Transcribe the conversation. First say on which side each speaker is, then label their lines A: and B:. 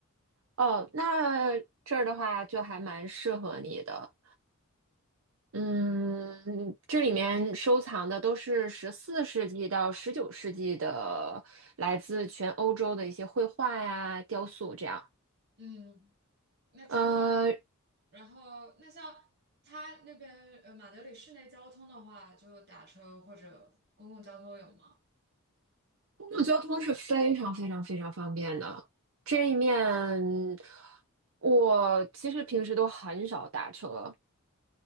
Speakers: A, on the right; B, on the right.
A: 哦，那这儿的话就还蛮适合你的。嗯，这里面收藏的都是十四世纪到十九世纪的，来自全欧洲的一些绘画呀、雕塑这样。
B: 嗯，那除了
A: 呃，
B: 然后那像他那边呃马德里市内交通的话，就打车或者公共交通有吗？
A: 公共交通是非常非常非常方便的。这一面，我其实平时都很少打车，